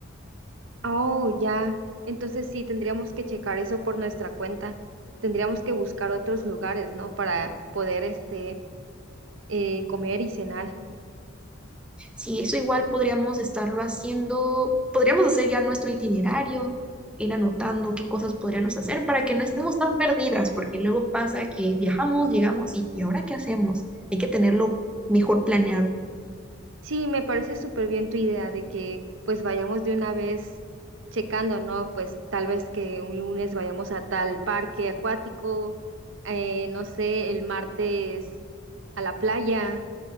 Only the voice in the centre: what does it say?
Si eso igual podríamos estarlo haciendo, podríamos hacer ya nuestro itinerario, ir anotando qué cosas podríamos hacer para que no estemos tan perdidas, porque luego pasa que viajamos, llegamos y, ¿y ahora qué hacemos? Hay que tenerlo mejor planeado.